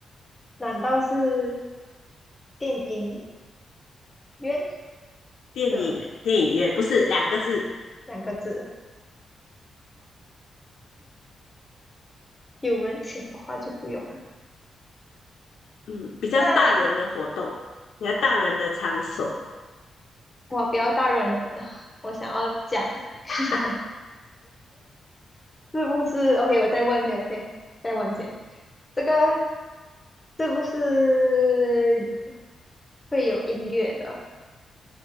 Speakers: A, on the left; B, on the left.
A: 难道是电影院
B: 电影电影院不是两个字，
A: 是吗？两个字，有人请的话就不用了。
B: 嗯，比较大人的活动，
A: 那
B: 比较大人的场所，
A: 我不要大人了，我想要讲，<laughs> 是
B: 哈，
A: 不是？OK，我再问先，先再问先，这个是不是会有音乐的？